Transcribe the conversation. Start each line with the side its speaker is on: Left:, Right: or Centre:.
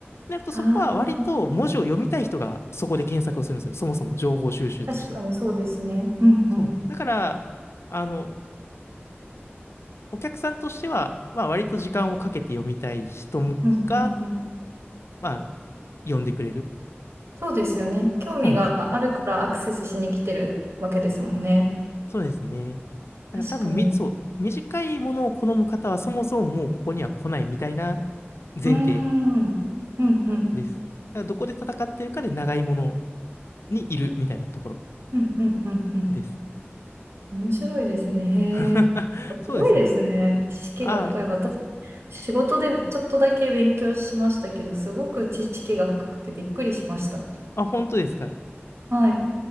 Left: なるとそこは割と文字を読みたい人がそこで検索をするんですよ。
Right: ああ、
Left: そもそも情報収集として。
Right: 確かにそうですね。うんうん。
Left: そう。だから、あの、お客さんとしては、まあ割と時間をかけて読みたい人が、
Right: うんうんうん。
Left: まあ読んでくれる。
Right: そうですよね。興味があるからアクセスしに来てるわけですもんね。
Left: そうなんです。そうですね。
Right: 確かに。
Left: だから多分み、そう、短いものを好む方はそもそももうここには来ないみたいな前提
Right: うーん。うんうん
Left: です。だからどこで戦ってるかで長いものにいるみたいなところ
Right: うんうんうんうん。
Left: です。
Right: 面白いですね。
Left: <laughs>
Right: へえ。
Left: そうですね。
Right: すごいですね。知識が深い。
Left: あ
Right: 私、仕事でちょっとだけ勉強しましたけど、すごく知識が深くてびっくりしました。
Left: あ、あ、本当ですか。
Right: はい。